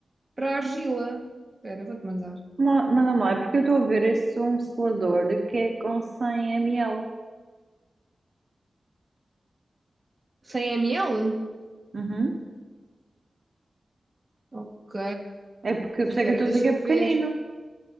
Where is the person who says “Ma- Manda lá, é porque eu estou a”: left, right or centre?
Right